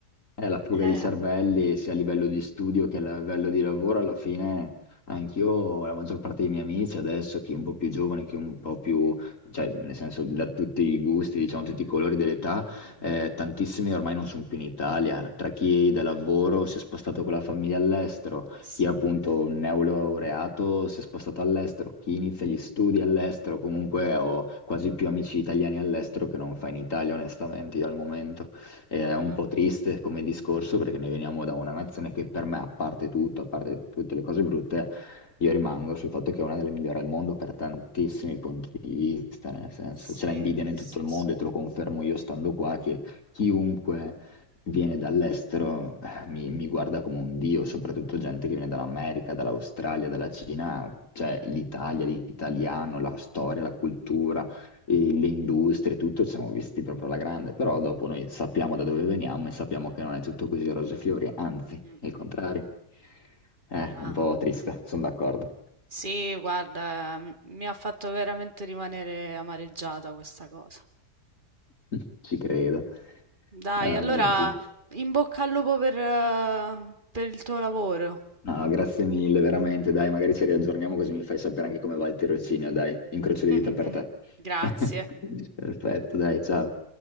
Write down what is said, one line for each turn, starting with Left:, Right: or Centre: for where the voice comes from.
Left: È la fuga
Right: eh.
Left: di cervelli sia a livello di studio che a livello di lavoro, alla fine anch'io, la maggior parte dei miei amici adesso, chi è un po' più giovane, chi è un po' più, cioè nel senso da tutti i gusti, diciamo tutti i colori dell'età,
Right: Mh-mh.
Left: eh, tantissimi ormai non sono più in Italia, tra chi da lavoro si è spostato con la famiglia all'estero,
Right: Sì.
Left: chi è appunto un neolaureato si è spostato all'estero, chi inizia gli studi all'estero, comunque ho quasi più amici italiani all'estero che non fa in Italia, onestamente, io al momento. È
Right: Mh-mh.
Left: un po' triste come discorso perché noi veniamo da una nazione che per me, a parte tutto, a parte tutte le cose brutte, io rimango sul fatto che è una delle migliori al mondo per tantissimi punti di vista, nel senso
Right: Sì,
Left: ce la invidiano in
Right: sì,
Left: tutto il
Right: sì.
Left: mondo e te lo confermo io stando qua che chiunque viene dall'estero eh, mi, mi guarda come un dio, soprattutto gente che viene dall'America, dall'Australia, dalla Cina, cioè l'Italia, l'italiano, la storia, la cultura e le industrie, tutto, siamo visti proprio alla grande, però dopo noi sappiamo da dove veniamo e sappiamo che non è tutto così rose e fiori, anzi,
Right: Mh-mh.
Left: è il contrario. Eh,
Right: Ma
Left: un po' triste, sono d'accordo,
Right: sì, guarda, m mi ha fatto veramente rimanere amareggiata questa cosa.
Left: <laughs> ci credo.
Right: Dai,
Left: Ah,
Right: allora
Left: mio Dio.
Right: in bocca al lupo per, eh, per il tuo lavoro.
Left: No, grazie mille, veramente, dai, magari ci riaggiorniamo così mi fai sapere anche come va il tirocinio, dai, incrocio
Right: <laughs>
Left: le dita per te.
Right: Grazie.
Left: <laughs> Perfetto, dai, ciao.